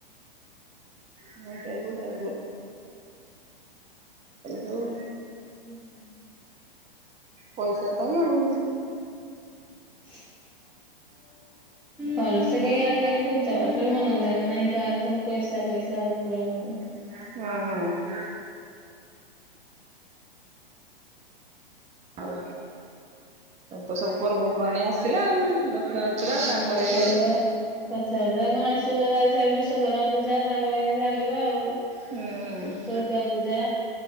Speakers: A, on the right; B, in the centre.
A: <unintelligible> ମେଡ଼ିକାଲ ହୋଉ।
B: ହୁଁ।
A: ପଇସା ପାଇଁ ଆଉ।
B: <inaudible> <unintelligible> ଭଲସେ ବି ଆଜିକାଲି ପୂଜା ପାଠରେ ମନ ଦେଲେ ନାହିଁ ଗାଁରେ ସବୁ ପଇସା ଫଇସା <unintelligible>
A: ହଁ। ଆଉ ତ ସବୁ ପର୍ବପର୍ବାଣି ଆସିଲା ଆଉ ରଥ ଯାତ୍ରା
B: ହଁ
A: ତାପରେ
B: ଆଗକୁ ରଥଯାତ୍ରା କ ଆସିଲା ତା ପରେ ବିଶ୍ୱକର୍ମା ପୂଜା ତାପରେ ଚାଲିବ ଆଉ
A: ହୁଁ।
B: ଦୁର୍ଗା ପୂଜା,